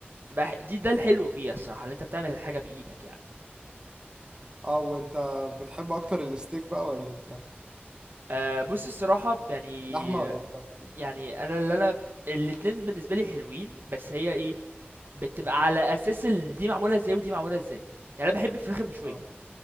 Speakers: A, on the right; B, on the right.
A: تبقى ح- دي ده الحلو فيها الصراحة اللي انت بتعمل الحاجة بايدك يعني
B: اه وانت بتحب اكتر الستيك بقى ولا الفراخ
A: أه بص الصراحة يعني
B: لحمه ولا فراخ يعني
A: يعني انا اللي انا الاتنين بالنسبة لي حلوين بس هي ايه بتبقى على اساس ال- دي معمولة ازاي ودي معمولة ازاي يعني انا بحب الفراخ المشوية
B: اه